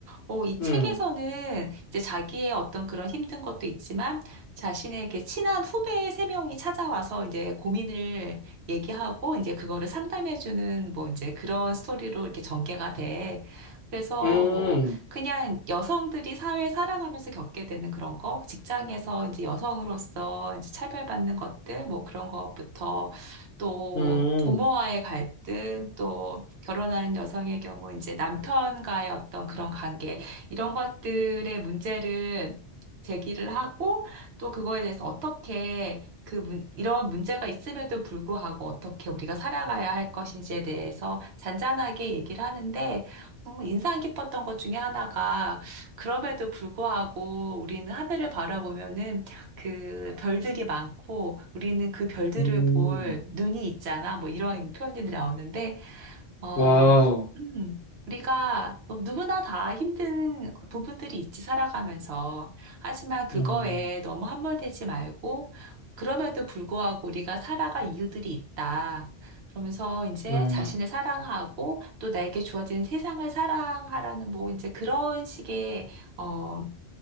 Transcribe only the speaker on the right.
어, 이 책에서는
이제 자기의 어떤 그런 힘든 것도 있지만 자신에게 친한 후배 세 명이 찾아와서 이제 고민을 얘기하고 이제 그거를 상담해주는 뭐 이제 그런 스토리로 이렇게 전개가 돼. 그래서
뭐 그냥 여성들이 사회 살아가면서 겪게 되는 그런 거, 직장에서 이제 여성으로서 이제 차별받는 것들, 뭐 그런 것부터 또
부모와의
갈등, 또 결혼한 여성의 경우 이제 남편과의 어떤 그런 관계, 이런 것들의 문제를 제기를 하고 또 그거에 대해서 어떻게 그 문- 이런 문제가 있음에도 불구하고 어떻게 우리가 살아가야 할 것인지에 대해서 잔잔하게 얘기를 하는데 음, 인상 깊었던 것 중에 하나가 그럼에도 불구하고 우리는 하늘을 바라보면은 그 별들이 많고 우리는 그 별들을
볼 눈이 있잖아 뭐 이런 표현이 나오는데 어,
음, 우리가 누구나 다 힘든 부분들이 있지, 살아가면서. 하지만 그거에
너무 함몰되지 말고, 그럼에도 불구하고 우리가 살아갈 이유들이 있다. 그러면서 이제
자신을 사랑하고 또 나에게 주어진 세상을 사랑하라는 뭐 이제 그런 식의, 어,